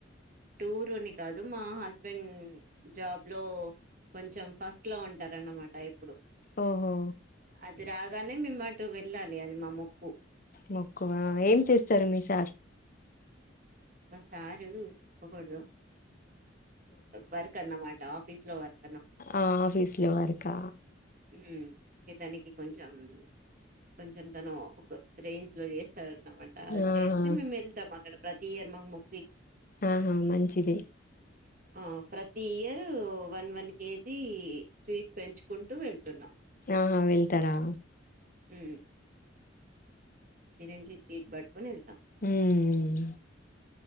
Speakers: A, on the right; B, on the left.
A: టూరు అని కాదు మా హస్బెండ్. జాబ్ లో కొంచెం ఫస్ట్ లో ఉంటారన్నమాట ఎప్పుడు.
B: ఓహో.
A: అది రాగానే మేమ్ అటు వెళ్ళాలి అది మా మొక్కు.
B: మొక్కుహ ఏం చేస్తారు మీ సార్.
A: సా‌ర్ చెప్పుకూడదు వర్క్ అన్న మాట్. ఆఫీస్ లో వర్క్.
B: ఆహ్ ఆఫీస్ లో వర్క్.
A: ఉమ్ తనికి కొంచెం కొంచెం తను ఒక రేంజ్ లో చేస్త్. సర్ అనమాట అది
B: ఆహా
A: చేస్తే మేము వెళ్తాం అక్కడ ప్రతి ఇయర్ మాము.
B: ఆహా మంచిది.
A: ఆహ్ ప్రతి year one one KG sweet పెంచుకుంటూ వెళ్తున్నాం.
B: ఆహ్ వెళ్తారా.
A: ఉమ్. ఇన్నుంచి జీపు పట్కొని వెళ్తాం.
B: ఉమ్.